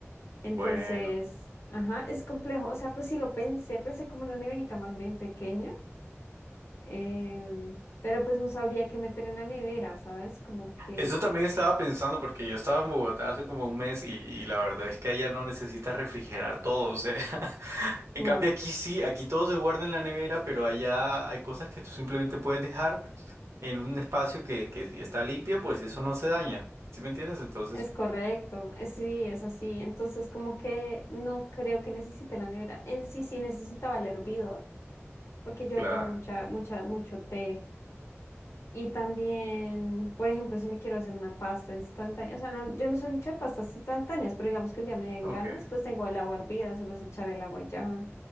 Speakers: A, on the left; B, on the right.
A: Entonces,
B: Bueno.
A: ajá, es complejo. O sea, pues sí lo pensé, pensé como una neverita más bien pequeña, em, pero pues no sabría qué meter en la nevera, ¿sabes? Como que...
B: Eso también estaba pensando porque yo estaba en Bogotá hace como un mes y, y la verdad es que allá no necesitas refrigerar todo, o sea, <laughs> en
A: No,
B: cambio aquí sí, aquí todo se guarda en la nevera, pero allá hay cosas que tú simplemente puedes dejar en un espacio que, que si está limpio, pues eso no se daña, ¿sí me entiendes? Entonces,
A: Es correcto, eh, sí, es así. Entonces, como que no creo que necesite la nevera. Él sí, sí necesitaba el hervidor, porque yo
B: claro,
A: tomo mucha, mucha, mucho té. Y también, por ejemplo, si me quiero hacer una pasta instantánea, o sea, no, yo no soy mucho de pastas instantáneas, pero digamos que un día me den
B: ok.
A: ganas, pues tengo el agua hervida, solo es echar el agua ya